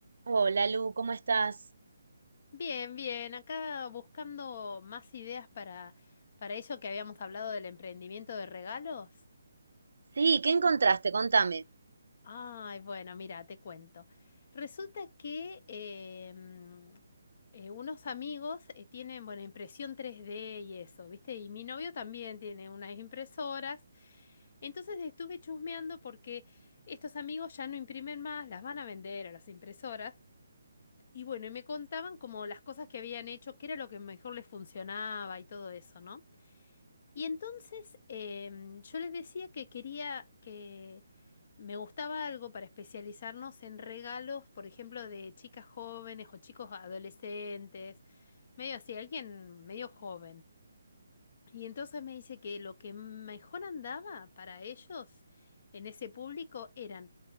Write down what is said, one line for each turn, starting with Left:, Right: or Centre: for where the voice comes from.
Right: Hola Lu, ¿cómo estás?
Left: Bien, bien, acá buscando más ideas para, para eso que habíamos hablado del emprendimiento de regalos.
Right: Sí, ¿qué encontraste? Contame.
Left: Ay, bueno, mira, te cuento. Resulta que eh, mm, eh, unos amigos eh, tienen, bueno, impresión tres d y eso, ¿viste? Y mi novio también tiene unas impresoras. Entonces estuve chusmeando porque estos amigos ya no imprimen más, las van a vender a las impresoras. Y bueno, y me contaban como las cosas que habían hecho, qué era lo que mejor les funcionaba y todo eso, ¿no? Y entonces em, yo les decía que quería que me gustaba algo para especializarnos en regalos, por ejemplo, de chicas jóvenes o chicos adolescentes, medio así, alguien medio joven. Y entonces me dice que lo que mejor andaba para ellos en ese público eran